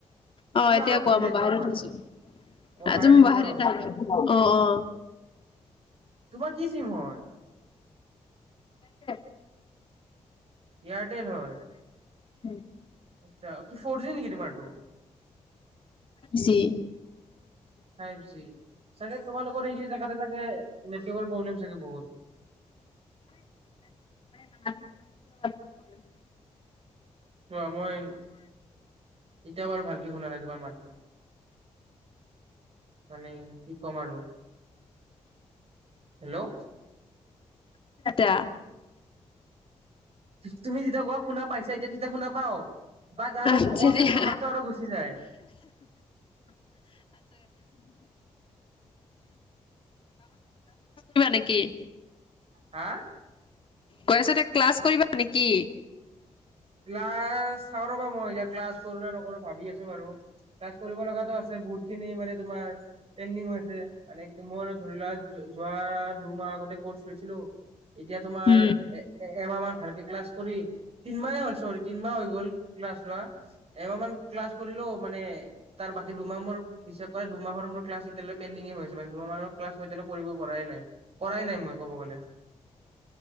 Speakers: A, on the left (about 45°); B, on the right (about 55°).
A: অ',
B: কিন্তু
A: এতিয়া
B: আৰু গুচি
A: কোৱা
B: যায়
A: মই
B: তোমাৰ
A: বাহিৰত
B: মাতটো
A: আহিছোঁ।
B: অ
A: তুমি
B: আহিছে
A: বাহিৰত
B: ন।
A: আহি-অ' অ'
B: তোমাৰ কি চিম হয়?
A: <unintelligible>
B: এয়াৰটেল হয়।
A: উম
B: আচ্ছা কি ফ'ৰ জি নেকি তুমাৰ টো?
A: সি
B: ফাইভ জি, চাগে তোমালোকৰ এইখিনি জাগাতে চাগে নেটৱৰ্কৰ প্ৰব্লেম চাগে বহুত।
A: <unintelligible>
B: চোৱা মই এতিয়াও বাৰু ভালকে শুনা নাই তোমাৰ মাতটো। মানে কি কম আৰু হেল্ল'
A: দা
B: তুমি জিতিয়া কোৱা। শুনা পাইছে এতিয়া, তেতিয়া শুনা পাও, বাট আৰু
A: আচ্ছা
B: অকমান পিছত
A: দিয়া
B: তোমাৰ মাতটো আৰু গুচি যায়।
A: বা নেকি?
B: হা
A: কৈ আছে তে ক্লাছ কৰিবা নেকি?
B: ক্লাছ, চাওঁ ৰ'বা মই এতিয়া ক্লাছ কৰো নে নকৰো ভাবি আছো বাৰু, ক্লাছ কৰিব লগা আছে বহুতখিনি মানে তোমাৰ পেণ্ডিং হৈ আছে। মানে তোমাৰো ধৰি লোৱা জ যোৱা দুমাহ আগতে ক'ৰ্চ লৈছিলো। এতিয়া তোমাৰ
A: উম
B: এ, এ এমাহ মান ভালকে ক্লাছ কৰি তিনমাহ এ হ'ল চৰি তিনমাহ হৈ গ'ল ক্লাছ লোৱা, এমাহ মান ক্লাছ কৰিলোঁ মানে তাৰ বাকী দুমাহ মোৰ বিশ্বাস কৰা দুমাহৰ মোৰ ক্লাছ এতিয়ালে পেণ্ডিঙ এ হৈ আছে, মানে দুমাহ মানৰ ক্লাছ মই এতিয়ালে কৰিব পৰাই নাই, কৰাই নাই মই ক'ব গ'লে,